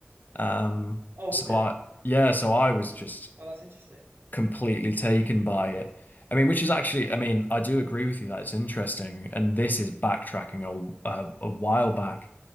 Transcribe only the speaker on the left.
Um,
so
I yeah, so I was just
completely taken by it. I mean, which is actually, I mean, I do agree with you that it's interesting, and this is backtracking a a, a while back.